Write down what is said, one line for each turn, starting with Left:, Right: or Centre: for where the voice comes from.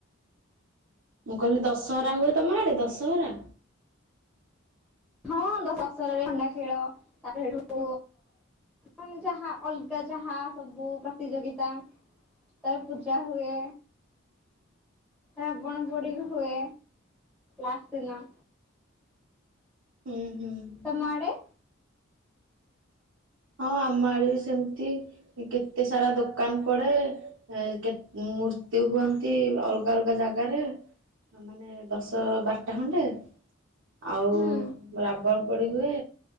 Right: ମୁଁ କହିଲି ଦଶହରା ହୁଏ ତମ ଆଡ଼େ ଦଶହରା।
Centre: ହଁ ଦଶରାରେ ଖଣ୍ଡା ଖେଳ ତାପରେ ହେଠୁ ମାନେ ଯାହା ଅଲଗା ଯାହା ସବୁ ପ୍ରତିଯୋଗିତା ତାରେ ପୂଜା ହୁଏ। ରାବଣ ପୋଡି ହୁଏ ଲାଷ୍ଟ୍ ଦିନ।
Right: ହୁଁ। ହୁଁ।
Centre: ତମ ଆଡ଼େ।
Right: ହଁ ଆମ ଆଡେ ସେମିତି କେତେ ସାରା ଦୋକାନ ପଡେ। କେ ମୂର୍ତ୍ତି ହୁଅନ୍ତି ଅଲଗା ଅଲଗା ଜାଗାରେ। ମାନେ ଦଶ ବାରଟା ଖଣ୍ଡେ ଆଉ
Centre: ହୁଁ
Right: ରାବଣ ପୋଡି ହୁଏ